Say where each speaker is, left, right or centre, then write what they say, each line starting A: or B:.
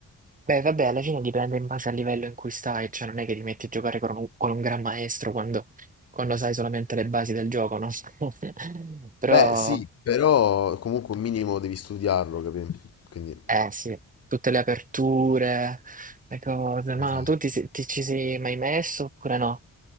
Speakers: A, on the right; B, on the left.
A: Beh, vabbè, alla fine dipende in base al livello in cui stai, cioè non è che ti metti a giocare con un, con un gran maestro quando, quando sai solamente le basi del gioco, no? <laughs> Però,
B: Beh, sì, però comunque un minimo devi studiarlo, capì? Quindi...
A: eh sì, tutte le aperture, le cose, ma
B: Esatto.
A: tu ti, si- ti ci sei mai messo oppure no?